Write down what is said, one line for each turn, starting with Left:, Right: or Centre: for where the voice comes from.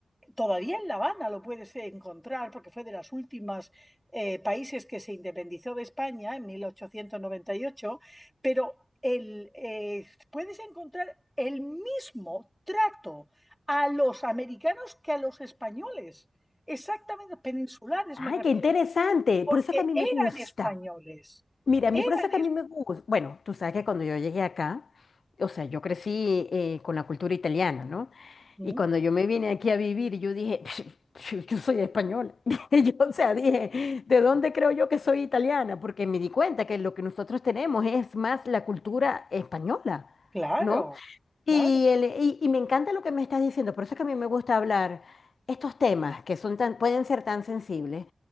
Centre: Todavía en La Habana lo puedes encontrar porque fue de los últimos eh, países que se independizó de España en 1898, pero el, eh, puedes encontrar el mismo trato a los americanos que a los españoles, exactamente peninsulares
Left: Ay,
Centre: me refiero,
Left: qué interesante.
Centre: porque
Left: Por eso es que a mí
Centre: eran
Left: me gusta.
Centre: españoles,
Left: Mira, a
Centre: eran,
Left: mí por eso que
Centre: es-
Left: a mí me gusta. Bueno, tú sabes que cuando yo llegué acá, o sea, yo crecí eh, con la cultura italiana, ¿no?
Centre: Mm,
Left: Y cuando yo me vine aquí a vivir, yo dije, <laughs> yo soy española. <laughs> Yo, o sea, dije, ¿de dónde creo yo que soy italiana? Porque me di cuenta que lo que nosotros tenemos es más la cultura española,
Centre: claro,
Left: ¿no? Y,
Centre: claro.
Left: el- y, y me encanta lo que me estás diciendo, por eso es que a mí me gusta hablar estos temas que son tan, pueden ser tan sensibles